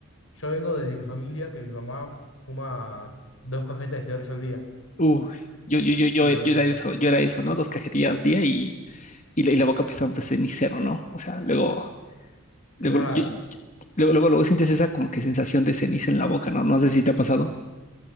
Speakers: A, on the left; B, on the left.
A: yo vengo desde mi familia, que mi mamá fuma dos cajetas de cigarrillo al día.
B: Uy, yo, yo, yo, yo,
A: Y lo,
B: yo era eso, yo era eso, ¿no? Dos cajetillas al día y, y, la, y la boca pesante de cenicero, ¿no? O sea, luego, luego,
A: claro.
B: yo- yo- luego, luego, luego sientes esa como que sensación de ceniza en la boca, ¿no? No sé si te ha pasado.